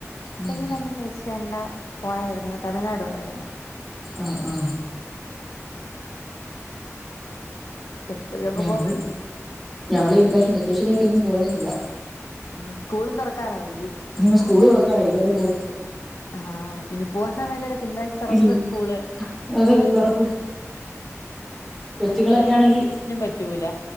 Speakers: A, in the centre; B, on the left.
A: ഉം
B: അങ്ങനെ വെച്ച് കണ്ട പോയായിരുന്നു തമിഴ്നാടു പോയായിരുന്നു
A: ആ ആ
B: എപ്പോഴും അങ്ങ്
A: ഞങ്ങൾ
B: പോ
A: ഞങ്ങള് ഇപ്രാവിശം വെക്കേഷനായിട്ട് എങ്ങും പോയെന്നുല്ല
B: ഉം സ്കൂളും തുറക്കറായി
A: ഇനി സ്കൂള് തുറക്കാറായി ഇതുവരെ പോയിട്ടില്ല
B: ആഹ് ഇനി പോവാൻ സമയല്ലല്ലോ തിങ്കളാഴ്ച തുറക്കും
A: ഇ
B: സ്കൂള്
A: <unintelligible> അതെ തുറക്കും കൊച്ചുങ്ങളൊക്കെ
B: അപ്പം പിന്നെ
A: ആണെങ്കി
B: ഒന്നിനും പറ്റൂല